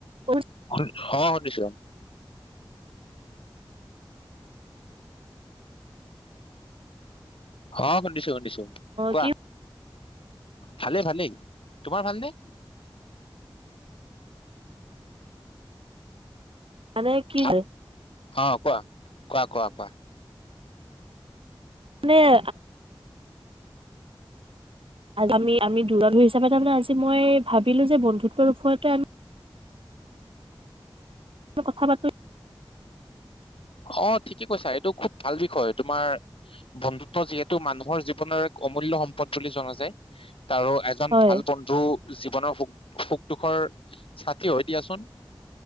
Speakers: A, on the right (about 80°); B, on the left (about 80°).
A: অ,
B: অ শুনিছো। হ শুনিছোঁ। দিছো কোৱা
A: কি
B: ভালেই ভালেই তোমাৰ ভালনে
A: মানে কি
B: ভা-
A: যে
B: অ কোৱা কোৱা কোৱা কোৱা
A: মানে আমি আমি দূৰ হিচাপে তাৰে আজি মই ভাবিলো যে বন্ধুত্ব ৰূপোৱাতে আমি কথা পাতো
B: অ ঠিকে কৈছা ।এইটো খুব ভাল বিষয় তোমাৰ বন্ধুত্ব যিহেতু মানুহৰ জীৱনৰ, এক অমূল্য সম্পদ, বুলি জনা যায়। তাৰো এজন
A: হয়
B: ভাল বন্ধু জীৱনৰু সুখ দুখৰ চাকি হৈ দিয়াচোন।